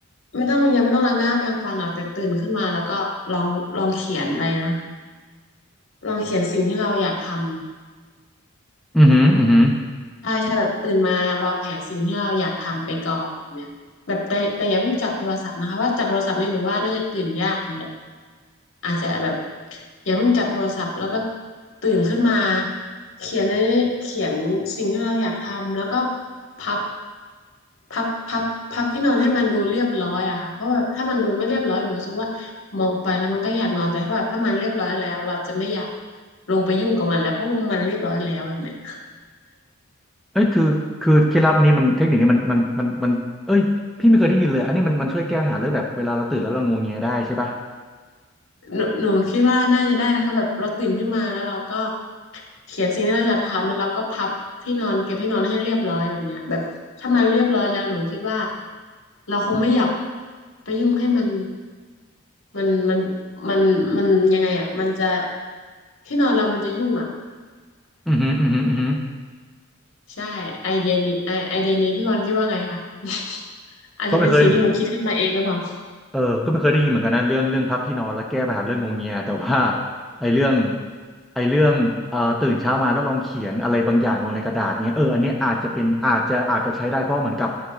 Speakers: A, on the left; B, in the centre.
A: ไม่ต้องยังไม่ต้องล้างหน้าแปรงฟันหรอกแต่ตื่นขึ้นมาแล้วก็ลองลองเขียนอะไรนะลองเขียนสิ่งที่เราอยากทำ
B: อือหืออือหือ
A: ใช่ใช่แบบตื่นมาวางแผนสิ่งที่เราอยากทำไปก่อนแบบเนี้ยแบบแต่แต่อย่าเพิ่งจับโทรศัพท์นะคะว่าจับโทรศัพท์เนี่ยหนูว่าน่าจะตื่นยากเลยละอาจจะแบบอย่าเพิ่งจับโทรศัพท์แล้วก็ตื่นขึ้นมาเขียนในเขียนสิ่งที่เราอยากทำแล้วก็พับพับพับพับที่นอนให้มันดูเรียบร้อยอะค่ะเพราะแบบถ้ามันดูไม่เรียบร้อยหนูรู้สึกว่ามองไปแล้วมันก็อยากนอนแต่ถ้าแบบถ้ามันเรียบร้อยแล้วเราจะไม่อยากลงไปยุ่งกับมันแล้วเพราะว่ามันเรียบร้อยแล้วแบบเนี้ย
B: เอ้ยคือคือเคล็ดลับนี้มันเทคนิคนี้มันมันมันมันเอ้ยพี่ไม่เคยได้ยินเลยอันนี้มันมันช่วยแก้ปัญหาเรื่องแบบเวลาเราตื่นแล้วเรางวงเงียได้ใช่ปะ
A: หนูหนูคิดว่าน่าจะได้นะคะแบบเราตื่นขึ้นมาแล้วเราก็เขียนสิ่งที่เราอยากทำแล้วเราก็พับที่นอนเก็บที่นอนให้เรียบร้อยแบบเนี้ยแบบถ้ามันเรียบร้อยแล้วหนูคิดว่าเราคงไม่อยากไปยุ่งให้มันมันมันมันมันยังไงอ่ะมันจะที่นอนเรามันจะยุ่งอ่ะ
B: อือหืออือหืออือหือ
A: ใช่ไอเดียนี้ไอไอเดียนี้พี่บอลคิดว่าไงคะ <laughs> อาจจะเป็นสิ่งที่หนูคิดขึ้นมาเองหรือเปล่า
B: ก็ไม่เคย เออก็ไม่เคยได้ยินเหมือนกันนะเรื่องเรื่องพับที่นอนแล้วแก้ปัญหาเรื่องงวงเงียแต่ว่าไอ้เรื่องไอ้เรื่องเอ่อตื่นเช้ามาแล้วลองเขียนอะไรบางอย่างลงในกระดาษเงี้ยเอออันเนี้ยอาจจะเป็นอาจจะอาจจะใช้ได้เพราะเหมือนกับ